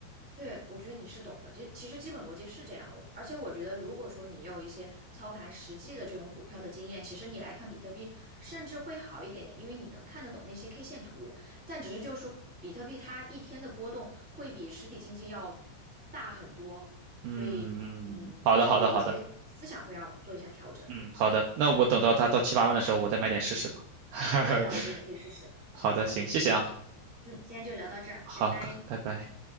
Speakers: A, in the centre; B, on the right (about 75°).
A: 对，我觉得你是懂的，就其实基本逻辑是这样。而且我觉得，如果说你有一些操盘实际的这种股票的经验，其实你来看比特币甚至会好一点点，因为你能看得懂那些 K 线图。但只是就是说，比特币它一天的波动会比实体经济要大很多，
B: 嗯，
A: 所以嗯，
B: 好的，
A: 就是有一些思想会要做一下调整。
B: 好的，好的。嗯，好的，那我等到它到七八万的时候，我再买点试试吧。<laughs>
A: 可以的，我觉得你可以试试。
B: 好的，行，谢谢啊，
A: 嗯，今天就聊到这儿，
B: 好，
A: 拜拜。
B: 拜拜。